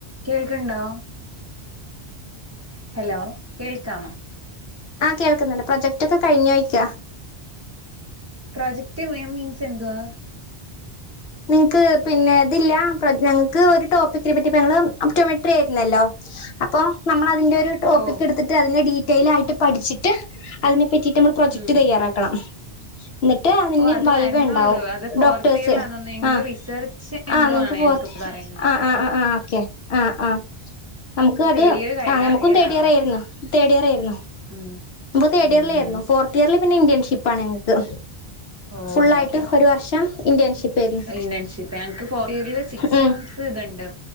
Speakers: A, on the right; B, on the left.
A: കേൾക്കണ്ടോ ഹലോ കേൾക്കമ
B: ആഹ കേൾക്കുന്നുണ്ട് പ്രൊജക്റ്റ് ഒക്കെ കഴിഞ്ഞഞ് കഴക്കാ
A: പ്രോജക്ട് മ മീൻസ് എന്തുവാ
B: നിങ്ങക്ക് പിന്നെ ഇതില്ല ഞങ്ങക്ക് ഒരു ടോപ്പിക്കിനെ പറ്റി ഞങ്ങള്ൾ ഒപ്റ്റോമെട്രി ആയിരുന്നല്ലോ അപ്പൊ നമ്മൾ ന്റെ ഒരു ടോപ്പക്
A: ഓ
B: എടുത്തിട്ട് അന്റെ ഡ െൽയിട്ട് പഠിച്ചിട്ട് അതിനെ പറ്റി നമ്മൾ പ്രൊജക്ട്
A: ഉം
B: തയ്യാറാക്കണം എന്നിട്ട് അതിന്
A: ഓ അത്
B: വൈവ
A: വരുന്നുള്ളൂ
B: ഉണ്ടാവും
A: അത് ഫോർത്ത്
B: ഡോക്ടേഴസ്
A: ഇയറിലാന്നോന്ന് എന്തോ
B: ആ
A: റിസർച്ച് എന്തോ
B: ആ നിക്ക്
A: ആണ്
B: ഫർ
A: ഞങ്ങക്ക് പറയുന്നെ
B: ആ ആ ആ ഓക്കെ ആ ആ
A: ആഹ്
B: നമുക്ക്ത്
A: ഇപ്പൊ തേർഡ് ഇയർ കയറാ
B: ആ നമുക്കും
A: കയ്യാറാവണു
B: തേഡ് ഇയർ ആയി തേർഡ് ഇയർ ആയിരുന്നു
A: ഉം
B: തേഡ്
A: ഉം
B: എയറിലിരുന്ന്ആയിഫോർത്ത്
A: ഉം
B: ഇയറ പിന്നെ ഇന്ത്യൻഷിപ്പ ആാണ് ഞാങ്ങക്ക്
A: ഓ
B: ഫുള്ള ആായിട്ട്
A: ഓക്കെ
B: ഒരു വർഷം ഇന്റേൺഷിപ്പ് ആയിരുന്നു
A: ഇന്റേൺഷിപ്പ് ഞങ്ങക്ക് ഫോർ ഇയറില് സിക്സ്
B: ഉം
A: മന്ത്സ് ഇതുണ്ട്